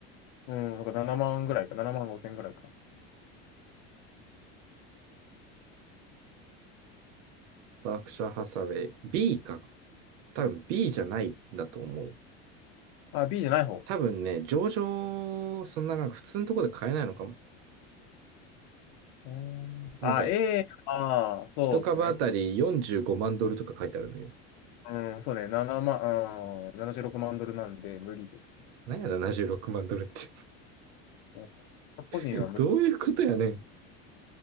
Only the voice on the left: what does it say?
うん、なんか7万ぐらいか、7万5千ぐらいか。
あ、B じゃない方。
うんあ、
A、あー、そうですね。
うん、そうね、7万、うん、76万ドルなんで無理ですね。
うん。うん個人は無